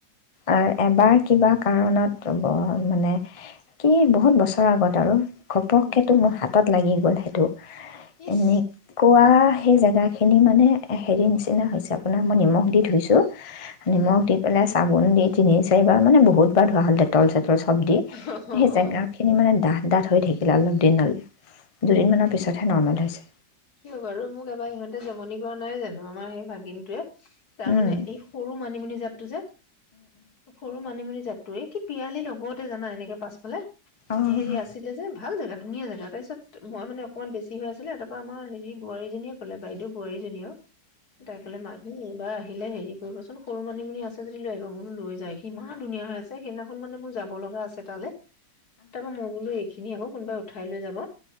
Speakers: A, on the left; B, on the left.
A: আৰ এবাৰ কিবা কাৰণত <unintelligible> মানে কি বহুত বছৰৰ আগত আৰু ঘপককে
B: উম
A: তু <unintelligible> তাত লাগি গল সেটু <unintelligible>
B: ইচ
A: এনেককুৱা সেই জাগা এইখিনি মানে হেৰি নিচিনা <unintelligible> আপুনাৰ মই নিমখ দি ধুইছোঁ
B: উম
A: নিমখ দি পেলাই --- চাবোন দি তিনি চাৰিবাৰ মানে বহুত বাৰ ধোৱা হল ডেটল চেতল চব দি সেই
B: অ
A: জেগা
B: অ
A: খিনি মানে ডাঠ ডাঠ হৈ থাকিলে অলপ দিনলে, দুদিনমানৰ পিছতহে নৰ্মেল হৈছে।
B: কিয় বাৰু? মোক এবাৰ ইহঁতে জমনি কৰা নাই জানো আমাৰ সেই ভাগিনটোৱে। তাৰমানে
A: অঁ
B: এই সৰু মানিমুনি জাতটো যে, সৰু মানিমুনি জাত <unintelligible> নহওতেই জানা পাছফালে
A: অঁ
B: হেৰী আছিলে যে, ভাল জাগা ধুনীয়া জাগা তাৰপিছত মই মানে অকণমান বেছি হৈ দিলে তৎক্ষ আমাৰ হেৰী বোৱাৰীজনীয়ে ক'লে বাইদেউ বোৱাৰীজনী অ তাই ক'লে মাহী ইবাৰ আহিলে হেৰী কৰিব চোন সৰু মানিমুনি আছে যদি লৈ আহিব বুনু লৈ যায় কিমান ধুনীয়া হৈ আছে আছে সিদিনাখন মানে মোৰ যাব লগা আছে তালে তাৰপাৰ মই বোলোঁ এইখিনি আকৌ কোনোবাই উঠাই লৈ যাব।